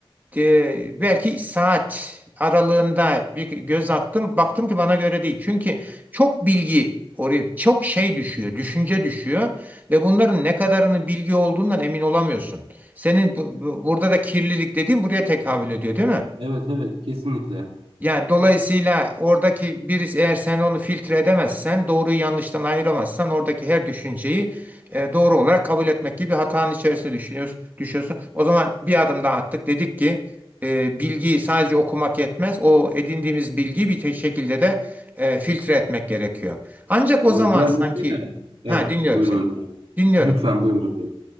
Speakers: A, on the right; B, on the right.
A: e, belki saat aralığında bir göz attım. Baktım ki bana göre değil. Çünkü çok bilgi oraya çok şey düşüyor, düşünce düşüyor ve bunların ne kadarının bilgi olduğundan emin olamıyorsun. Senin bu- bu- burada da kirlilik dediğin buraya tekabül ediyor, değil mi?
B: Evet evet kesinlikle.
A: Yani dolayısıyla oradaki birisi eğer sen onu filtre edemezsen, doğruyu yanlıştan ayıramazsan oradaki her düşünceyi e, doğru olarak kabul etmek gibi bir hatanın içerisine düşünüyorsun, düşüyorsun. O zaman bir adım daha attık. Dedik ki e, bilgiyi sadece okumak yetmez. O edindiğimiz bilgiyi bir te- şekilde de e, filtre etmek gerekiyor. Ancak o
B: Evet
A: zaman
B: yani
A: sanki
B: mesela evet
A: ha dinliyorum
B: buyurun
A: seni.
B: hocam.
A: Dinliyorum.
B: Lütfen buyurun hocam.